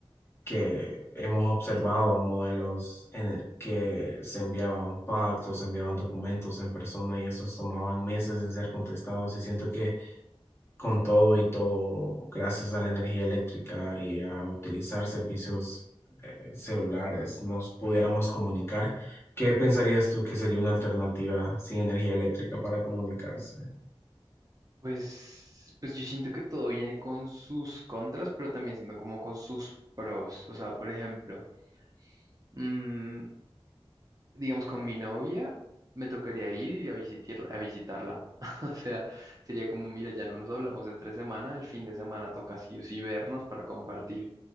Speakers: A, on the left; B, on the right.
A: que hemos observado modelos en el que se enviaban pactos, se enviaban documentos en persona y esos tomaban meses en ser contestados y siento que con todo y todo, gracias a la energía eléctrica y a utilizar servicios eh, celulares, nos pudiéramos comunicar. ¿Qué pensarías tú que sería una alternativa sin energía eléctrica para comunicarse?
B: Pues, pues yo siento que todo viene con sus contras, pero también siendo como con sus pros. O sea, por ejemplo, mm, digamos con mi novia, me tocaría ir a visitir- a visitarla. <laughs> O sea, sería como, mira, ya no nos hablamos entre semana, el fin de semana toca sí o sí vernos para compartir.